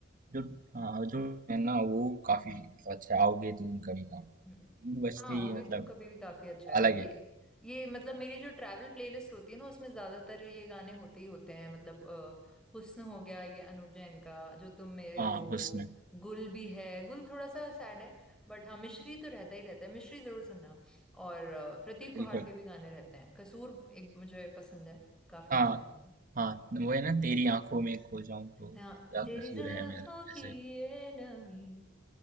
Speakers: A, on the right (about 45°); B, in the centre.
A: जो हाँ, जो है ना वो काफी मतलब अच्छा है, आओगे तुम कभी का।
B: हम्म।
A: यूं बजते
B: हाँ
A: ही
B: होंगे
A: मतलब
B: तुम कभी भी काफी अच्छा है
A: अलग
B: और ये
A: है।
B: ये मतलब मेरी जो ट्रैवल प्लेलिस्ट होती है ना उसमें ज्यादातर ये गाने होते ही होते हैं मतलब अ, हुस्न हो गया ये अनूप जैन का जो तुम मेरे
A: हाँ,
B: हो
A: हुस्न
B: गुल भी है गुल थोड़ा सा सैड है बट हाँ मिश्री तो रहता ही रहता है मिश्री जरूर सुनना और अ, प्रतीक
A: बिल्कुल।
B: कुहाड़ के भी गाने रहते हैं कसूर एक मुझे पसंद है काफी
A: हाँ,
B: अच्छे गाने हैं
A: हाँ वो है ना तेरी आंखों में खो जाऊं तो
B: हाँ
A: क्या
B: तेरी
A: कसूर
B: जुल्फों
A: है मेरा
B: की
A: ऐसे।
B: ये नमी